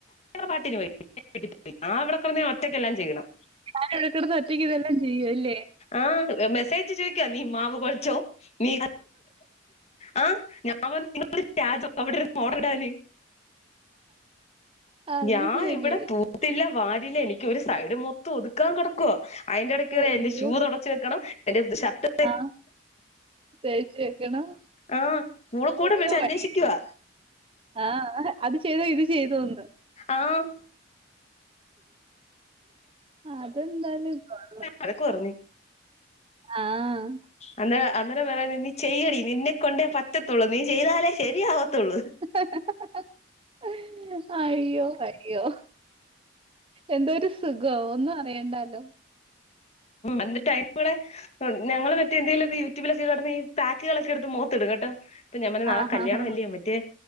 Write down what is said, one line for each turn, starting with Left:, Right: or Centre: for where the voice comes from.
Left: പാട്ടിന് പോയി <unintelligible> ഞാവ്ടെ കടന്ന് ഒറ്റക്കെല്ലാം ചെയ്യണം
Right: താന് അവിടെകടന്ന് ഒറ്റക്കക്ക്തെല്ലാം ചെയ്യുംല്ലേ
Left: ആഹ്‌ മെസ്സേജ് ചോയിക്കാ നീ മാവ് കുഴച്ചോ നീ ആ ഞാൻ പറഞ്ഞ് നീ അവിടെ മോട്ടറ് ഇടാന്
Right: അത്
Left: ഞാൻ
Right: ശരി
Left: ഇവിടെ പോ തൂത്തില്ല വാരിയില്ല എനിക്ക് ഒരു സൈഡ് മൊത്തം ഒതുക്കാൻ കിടക്കുവോ അയിന്റെ ഇടക്ക്
Right: അയ്യോ
Left: എന്റെ ഷൂ തൊടക്കാൻ തൊടച്ചു വെക്കണം എന്റെ ഷർട്ട്
Right: ആഹ് തേച്ച് വെക്കണം
Left: ആഹ് മോള്
Right: ഫുള്ള്
Left: കൂടെ വിളിച്ച്
Right: പണിയാ
Left: അന്വേഷിക്കുവാ
Right: ആ ആഹ് അത് ചെയ്തോ ഇത് ചെയ്തോന്ന്
Left: ആഹ്
Right: അതെന്തായാലും കൊളളാം
Left: അതൊക്കെ കുറഞ്ഞു
Right: ആഹ് ആ
Left: അന്നേ അന്നേരം പറയാ നീ ചെയ്യടി നിന്നെ കൊണ്ടേ പറ്റത്തുള്ളൂ നീ ചെയ്താലേ ശരിയാവത്തുള്ളൂ
Right: ഹ ഹ ഹ ഹ അയ്യോ അയ്യോ എന്തോരു സുഖം ഒന്നും അറിയണ്ടല്ലോ
Left: എന്നിട്ട് അയ്കൂടെ ഞങ്ങള് മറ്റേ എന്തെങ്കിലും യൂട്യൂബിലൊക്കെ കിടന്ന് ഈ പാക്കുകളൊക്കെ എടുത്ത് മോത്ത് ഇടും കേട്ടോ അപ്പൊ ഞാൻ പറഞ്ഞു നാളെ
Right: ആഹ്
Left: കല്യാണം
Right: ആഹ്
Left: അല്ലേ മറ്റേ